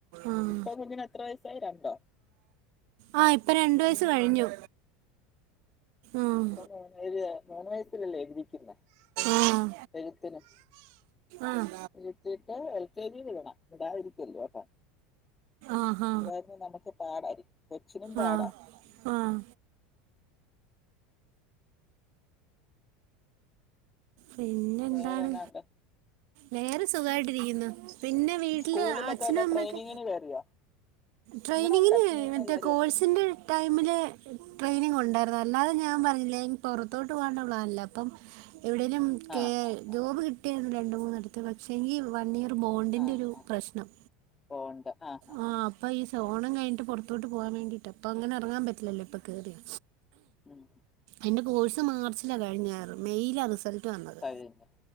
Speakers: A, on the right; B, on the left.
A: ആഹ്
B: ഇപ്പൊ കുഞ്ഞിന് എത്ര വയസായി രണ്ടോ?
A: ആ ഇപ്പൊ രണ്ടു വയസ്സ് കഴിഞ്ഞു ആഹ്
B: ഇപ്പ മുന്ന് മൂന്ന് വയസ്സിലല്ലേനി പിന്നേ
A: ആഹ്
B: എഴുത്തിനും
A: ആഹ്
B: ഇരുത്തിയിട്ട് എൽ കെ ജി വിടണം വിടാതിരിക്കല്ലോ കേട്ടോ
A: ആഹാ
B: <unintelligible> നമുക്ക് പാടാരിക്കും കൊച്ചിനും പാടാ
A: ആഹ് ആഹ് പിന്നെന്താണ്
B: വേറെന്നാണ്ട്
A: വേറെ സുഖായിട്ടിരിക്കുന്നു പിന്നെ വീട്ടില്
B: സ്കൂളിലൊക്കെ
A: അച്ഛനും
B: വല്ല
A: അമ്മക്കെ
B: ട്രെയിനിങ്ങിന് കയറിയോ
A: ട്രെയിനിങ്ങിന്
B: ഇവിടെ ഉണ്ട് അച്ഛനും അമ്മ
A: മറ്റേ
B: എല്ലാരും
A: കോഴ്സിന്റെ
B: ഉണ്ട്
A: ടൈമില് ട്രെയിനിങ് ഉണ്ടായിരുന്നു അല്ലാതെ ഞാൻ പറഞ്ഞില്ലേ പുറത്തോട്ട് പോകണ്ട പ്ലാനാ അപ്പം എവിടേലും കേ
B: ആഹ് ആഹ്
A: ജോബ് കിട്ടിയായിരുന്നു രണ്ട് മൂന്നടുത്ത് പക്ഷെങ്കി വൺ ഇയർ ബോണ്ടിന്റെ
B: ആ
A: ഒരു
B: ആ
A: പ്രശ്നം
B: പോണ്ട് ആ ആ ആ
A: ആഹ് അപ്പൊ ഈ ഫോണും കഴിഞ്ഞട്ട് പൊറത്തോട്ട് പോകാൻ വേണ്ടീട്ട് അപ്പൊ അങ്ങനെ ഇറങ്ങാൻ പറ്റില്ലല്ലോ ഇപ്പം കേറിയാ
B: ഉം.
A: എന്റെ കോഴ്സ് മാർച്ചിലാണ് കഴിഞ്ഞറ് മെയിലാണ് റിസൾട്ട് വന്നത്
B: കഴിഞ്ഞു